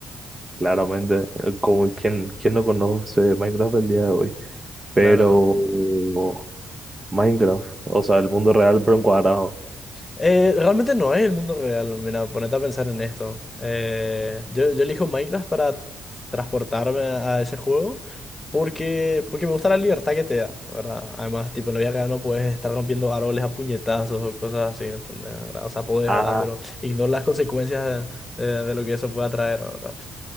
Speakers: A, on the right; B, on the left.
A: claramente, eh, como quien, quien no conoce Minecraft el día de hoy. Pero
B: Claro.
A: Minecraft, o sea, el mundo real pero encuadrado.
B: Eh, realmente no es el mundo real. Mira, ponete a pensar en esto. Eh, yo, yo elijo Minecraft para t- transportarme a ese juego porque, porque me gusta la libertad que te da, ¿verdad? Además, tipo, en la vida real no puedes estar rompiendo árboles a puñetazos o cosas así, ¿entendés? ¿verdad? O sea, podés,
A: Ah,
B: ¿verdad? Pero ignora las consecuencias de, de- de lo que eso pueda traer, ¿verdad?